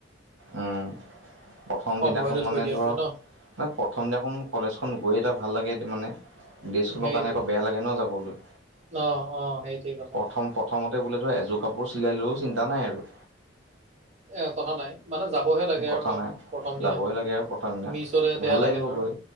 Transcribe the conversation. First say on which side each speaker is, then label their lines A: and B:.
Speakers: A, on the right (about 80°); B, on the right (about 35°).
A: উম, প্ৰথম
B: সময়লৈ
A: দিনাখন মানে
B: থৈ দিয়াতকৈ
A: ধৰ
B: ন
A: না প্ৰথম দিনাখন কলেজখন গৈ এটা ভাল লাগে মানে। ড্ৰেছখনৰ
B: সেইটোৱে
A: কাৰণে আকৌ বেয়া লাগে ন যাবলৈ,
B: অ', অ', সেইটোৱে কথা।
A: প্ৰথম প্ৰথমতে বোলে ধৰ এযোৰ কাপোৰ চিলাই লো চিন্তা নাই আৰু।
B: এ কথা নাই। মানে যাবহে লাগে
A: কথা
B: আৰু ন,
A: নাই
B: প্ৰথম
A: যাবহে
B: দিনা এখন
A: লাগে আৰু প্ৰথম দিনা
B: মিছ হ'লে বেয়া
A: ভাল লাগিব
B: লাগে ধৰ।
A: গৈ